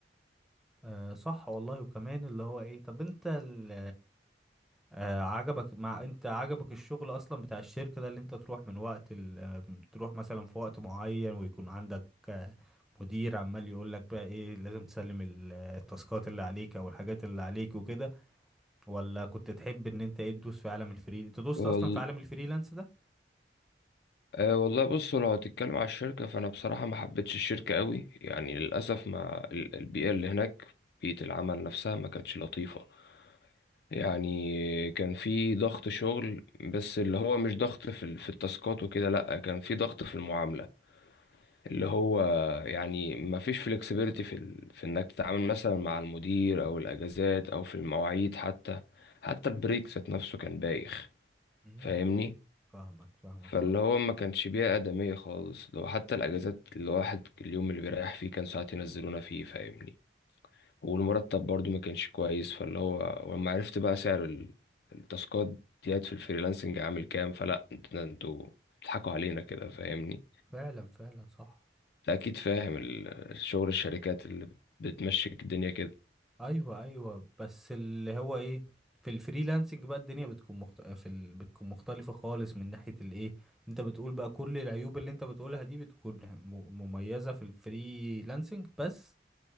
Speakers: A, in the centre; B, on the left.
A: آه، صح والله وكمان اللي هو ايه طب انت ال... آه، عجبك مع انت عجبك الشغل اصلا بتاع الشركة ده اللي انت تروح من وقت ال... آه، تروح مثلا في وقت معين ويكون عندك آه، مدير عمال يقول لك بقى ايه لازم تسلم ال- آه، التاسكات اللي عليك او الحاجات اللي عليك وكده ولا كنت تحب ان انت ايه تدوس في عالم الفريل انت دوست
B: وال...
A: اصلا في عالم الفريلانس ده
B: آه والله بص لو هتتكلم على الشركة فأنا بصراحة ما حبيتش الشركة قوي يعني للأسف ما ال- البيئة اللي هناك بيئة العمل نفسها ما كانتش لطيفة يعني كان في ضغط شغل بس اللي هو مش ضغط في ال- في التاسكات وكده لا كان في ضغط في المعاملة اللي هو يعني ما فيش فلكسبيليتي في ال... في انك تتعامل مثلا مع المدير او الاجازات او في المواعيد حتى حتى البريك ذات نفسه كان بايخ
A: امم
B: فاهمني
A: فاهمك فاهمك
B: فاللي
A: اه
B: هو ما كانش بيئة آدمية خالص لو حتى الاجازات الواحد اليوم اللي بيريح فيه كان ساعات ينزلونا فيه فاهمني والمرتب برضو ما كانش كويس فاللي هو ولما عرفت بقى سعر ال- التاسكات ديت في الفريلانسنج عامل كام فلا انت- ده انتوا بتضحكوا علينا كده فاهمني
A: فعلا فعلا صح
B: انت اكيد فاهم ال- الشغل الشركات اللي بتمشيك الدنيا كده
A: ايوه ايوه بس اللي هو ايه في الفريلانسنج بقى الدنيا بتكون مخت... في ال... بتكون مختلفة خالص من ناحية الايه انت بتقول بقى كل العيوب اللي انت بتقولها دي بتكون م... مميزة في الفريلانسنج بس